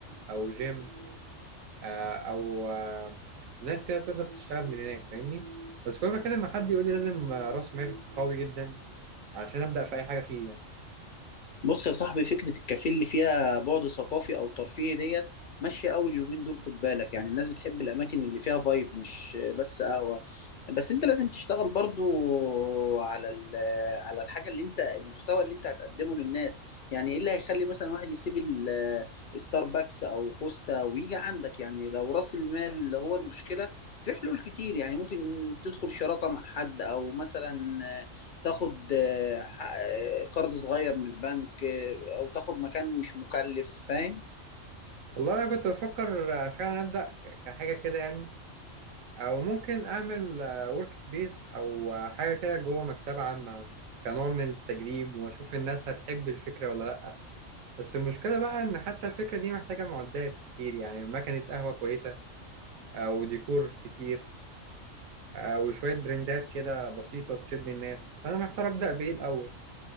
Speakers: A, on the right; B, on the left.
A: او جيم آه، او آه، ناس كده تقدر تشتغل من هناك فاهمني بس كل ما اتكلم مع حد يقول لي لازم آه، راس مال قوي جدا عشان ابدا في اي حاجه فيه يعني
B: بص يا صاحبي فكرة الكافيه اللي فيها بعد ثقافي أو ترفيهي ديت ماشية أوي اليومين دول خد بالك يعني الناس بتحب الأماكن اللي فيها فايب مش بس قهوة بس أنت لازم تشتغل برضو على ال- على الحاجة اللي أنت المحتوى اللي أنت هتقدمه للناس يعني إيه اللي هيخلي مثلا واحد يسيب ال- الستاربكس أو كوستا ويجي عندك يعني لو رأس المال اللي هو المشكلة في حلول كتير يعني ممكن تدخل شراكة مع حد أو مثلا تاخد آه، ح- آه، قرض صغير من البنك آه، او تاخد مكان مش مكلف فاهم
A: والله انا كنت بفكر آه، فعلا ابدا ك- كحاجه كده يعني او ممكن اعمل ورك سبيس او آه، حاجه كده جوه مكتبه عامه مثلا كنوع من التجريب واشوف الناس هتحب الفكره ولا لا بس المشكله بقى ان حتى الفكره دي محتاجه معدات كتير يعني مكنه قهوه كويسه او ديكور كتير آه، وشوية برندات كده بسيطة تشد الناس فأنا محتار أبدأ بإيه الأول